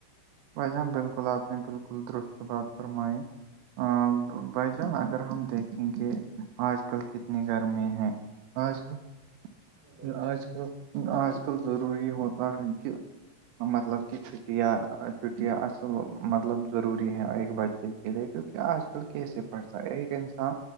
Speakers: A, on the right; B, in the centre.
A: بھائی جان بالکل آپ نے بالکل درست بات فرمائی ہاں بھائی جان اگر ہم دیکھیں گے آج کل کتنی گرمی ہے اج کل
B: ہاں بھائی جان
A: اج کل آج کل ضروری ہوتا ہے کہ مطلب کہ چھٹیاں چھٹیاں اصل مطلب ضروری ہیں ایک بچے کے لیے کیونکہ آج کل
B: ہاں
A: کیسے
B: بھائی جان
A: پڑھ ایک انسان